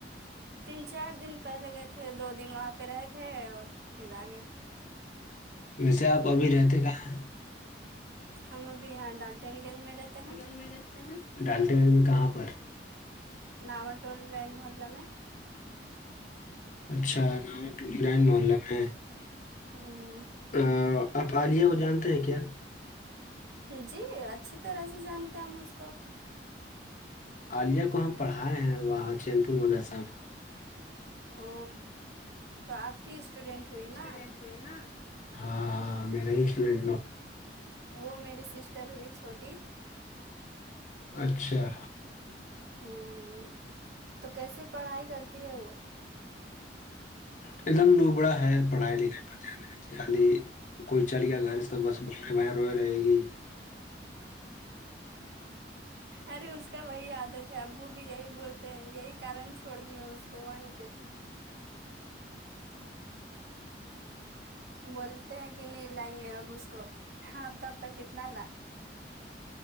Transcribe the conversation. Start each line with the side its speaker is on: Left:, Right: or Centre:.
Right: تین چار دن پہلے گئے تھے دو دن وہاں پہ رہے تھے اور پھر آ گئے تھے
Left: ویسے آپ ابھی رہتے کہاں ہیں
Right: ہم ابھی یہاں ڈالٹنی گنج میں رہتے ہیں
Left: <inaudible> ڈالتے میں کہاں پر
Right: نامٹ ڈزائن محلہ میں ہے
Left: اچھا محلہ میں
Right: ہوں
Left: آ، آپ عالیہ کو جانتے ہیں کیا
Right: جی اچھی طرح سے جانتے ہیں ہم اس کو
Left: عالیہ کو ہم پڑھائے ہیں وہاں چین پور مدرسہ میں
Right: او تو آپ کی اسٹوڈینٹ ہوئی
Left: اسٹوڈینٹ
Right: نا
Left: ہوئے نا ہاں میرے ہی اسٹوڈینٹ
Right: وہ میری سسٹر ہوئی چھوٹی
Left: اچھا
Right: ہوں تو کیس پڑھائی کرتی ہے وہ
Left: ایک دم لوبڑا ہے پڑھائی لکھائی پر دھیان نہیں دیتی خالی کوئی چل گیا گھر سے تو بس بیں بائیں روئے رہے گی
Right: ارے اس کا وہی عادت ہے ابو بھی یہی بولتے ہیں یہی کرن چھوڑ دیے اس کو وہیں پہ بولتے ہیں کہ ن لائیں گے اب اس کو ہاں تب تک کتنا لا